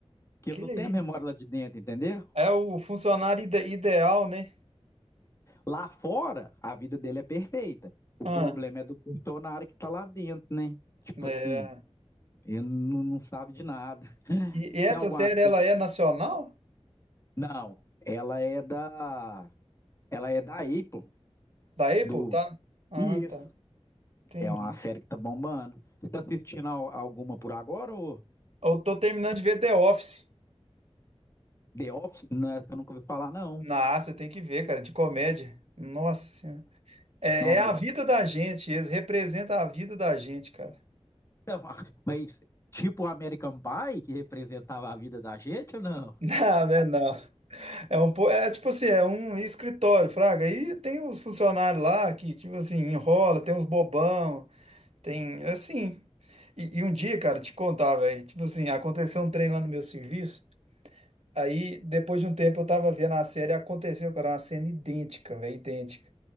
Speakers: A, on the left; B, on the right.
A: Que
B: Que
A: ele não tem
B: aí?
A: a memória lá de dentro, entendeu?
B: É o funcionário ide- ideal, né?
A: Lá fora, a vida dele é perfeita. O
B: Ah,
A: problema é do funcionário que tá lá dentro, né? Tipo
B: é.
A: assim, ele não, não sabe de nada.
B: E, e essa
A: Tem alguma.
B: série, ela é nacional?
A: Não, ela é da. Ela é da Apple,
B: Da Apple,
A: do
B: tá? Ah,
A: Isso,
B: tá. Entendi.
A: é uma série que tá bombando. Você tá assistindo al- alguma por agora ou
B: Eu tô terminando de ver The Office.
A: The Office? Não, essa eu nunca ouvi falar, não.
B: Nossa, você tem que ver, cara, de comédia. Nossa Senhora. É,
A: Não,
B: é
A: mas,
B: a vida da gente, eles representam a vida da gente, cara.
A: <laughs> mas tipo o American Pie, que representava a vida da gente ou não?
B: <laughs> Não, né, não. É um, po- é tipo assim, é um escritório, fraga. E tem os funcionários lá que, tipo assim, enrola, tem uns bobão. Tem, assim. E, e um dia, cara,
A: Hum,
B: te contar, velho. Tipo assim, aconteceu um trem lá no meu serviço. Aí, depois de um tempo, eu tava vendo a série e aconteceu, cara, uma cena idêntica, velho, idêntica.